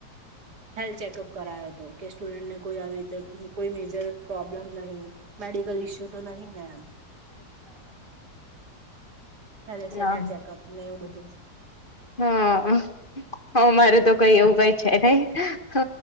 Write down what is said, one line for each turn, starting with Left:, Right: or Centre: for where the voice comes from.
Right: હેલ ચેકઅપ કરાયો હતો. કે સ્ટુડન્ટને કોઈ આવી રીતે કોઈ મેજર પ્રોબ્લેમ નહી, મેડિકલ ઇશ્યુ તો નહિ ને એમ, હાલે સેમ્યા
Left: હા અચ્છા
Right: ચેકઅપને
Left: ઓકે
Right: એવું બધું.
Left: હા હ મારું તો કઈ એવું કઈ છે નહી હ